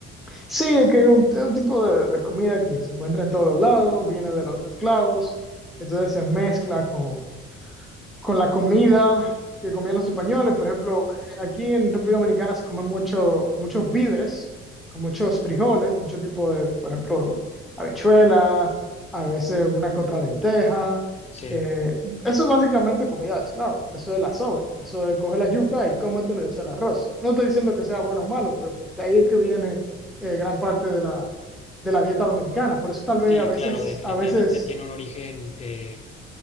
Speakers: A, in the centre; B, on the left.
A: Sí, es que es un, es un tipo de, de comida que se encuentra en todos lados, viene de los esclavos, entonces se mezcla con, con la comida que comían los españoles. Por ejemplo, eh, aquí en República Dominicana se comen mucho, muchos víveres, con muchos frijoles, mucho tipo de, por ejemplo, habichuela, a veces una que otra lenteja.
B: Sí,
A: Eh, eso es básicamente comida de esclavo, eso es la sobra, eso es coge la yuca y cómetelo y echa el arroz. No estoy diciendo que sea bueno o malo, pero de ahí es que viene eh, gran parte de la, de la dieta dominicana. Por eso tal
B: sí,
A: vez a veces,
B: claro, definitivamente
A: a veces
B: tiene un origen, eh,